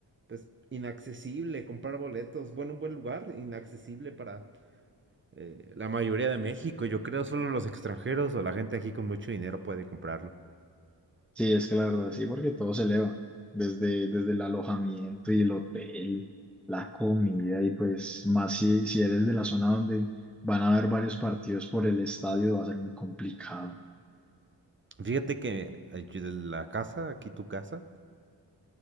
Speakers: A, on the right; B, in the centre.
A: pues, inaccesible comprar boletos. Bueno, un buen lugar, inaccesible para eh, la mayoría de México. Yo creo solo los extranjeros o la gente aquí con mucho dinero puede comprarlo.
B: Sí, es que la verdad, sí, porque todo se eleva, desde, desde el alojamiento y el hotel, la comida, y pues más si, si eres de la zona donde van a haber varios partidos por el estadio, va a ser muy complicado.
A: Fíjate que eh, yo de la casa, aquí tu casa,